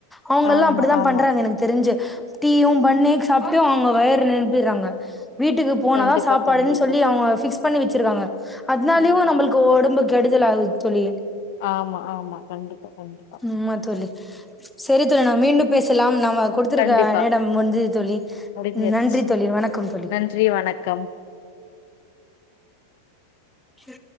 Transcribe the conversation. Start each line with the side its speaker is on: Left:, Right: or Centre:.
Centre: அவங்கெல்லா
Left: ஆமா,
Centre: அப்டிதா
Left: ஆமா.
Centre: பண்றாங்க எனக்கு தெரிஞ்சே டீயும் பண்ணே க்ஸ் சாப்ட்டு அவங்க வயிற நெறப்பிறாங்க வீட்டுக்கு போன
Left: கண்டிப்பா,
Centre: தா சாப்பாடுன
Left: கண்டிப்பா.
Centre: சொல்லி அவங்க பிக்ஸ் பண்ணி வச் வச்சிருவாங்க அதனாலயு
Left: ம், ம்.
Centre: நம்மளுக்கு ஒடம்புக்கு கெடுதல ஆகுது தோழி
Left: ஆமா ஆமா கண்டிப்பா கண்டிப்பா
Centre: ஆமா தோழி சரி தல நம் மீண்டு பேசலாம் நம் கொடுத்திருக்க
Left: கண்டிப்பா.
Centre: நேடம் முஞ்ச தோழி
Left: முடிஞ்சிருச்சு
Centre: நன்றி தோழி வணக்கம் தோழி
Left: நன்றி வணக்கம்
Centre: இது